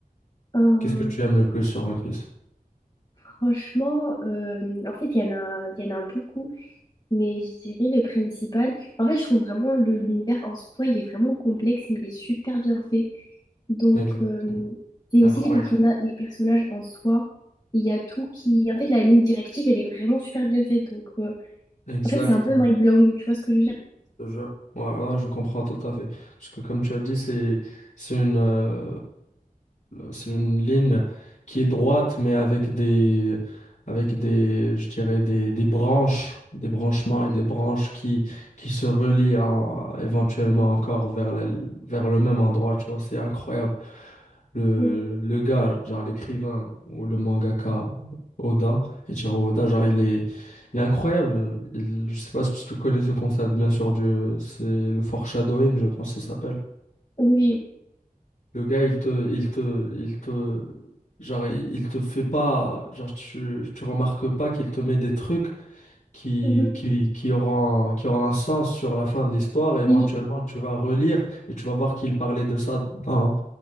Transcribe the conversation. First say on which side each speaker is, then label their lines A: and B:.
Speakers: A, on the left; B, on the left.
A: Euh,
B: qu'est-ce que tu aimes le plus sur One Piece?
A: franchement, euh, en fait, il y en a, il y en a beaucoup, mais je dirais le principal. En fait, je trouve vraiment le l'univers en soi, il est vraiment complexe, mais il est super bien fait. Donc,
B: Exact.
A: euh, c'est
B: Incroyable.
A: aussi les personnages, les personnages en soi. Il y a tout qui. En fait, la ligne directive, elle est vraiment super bien faite. Donc, euh,
B: Exact.
A: en fait, c'est un peu mind-blowing, tu vois ce que je veux dire?
B: te jure. Ouais, là, je comprends tout à fait. Parce que comme tu as dit, c'est c'est une euh, c'est une ligne qui est droite, mais avec des avec des je dirais des, des branches, des branchements
A: Oui.
B: et des branches qui qui se relient en- éventuellement encore vers la vers le même endroit. Tu vois, c'est incroyable. Le
A: Oui.
B: le gars, genre l'écrivain ou le mangaka Oda, Eiichiro Oda, genre il est il est incroyable. Il- je sais pas si tu connais ce concept, bien sûr, du, c'est le foreshadowing, je pense que ça s'appelle.
A: Oui.
B: Le gars, il te, il te, il te, genre, il, il te fait pas, genre, tu, tu remarques pas qu'il te met des trucs qui,
A: Mhm.
B: qui, qui auront, qui auront un sens sur la fin de l'histoire. Et éventuellement,
A: Oui.
B: tu vas relire et tu vas voir qu'il parlait de ça dans,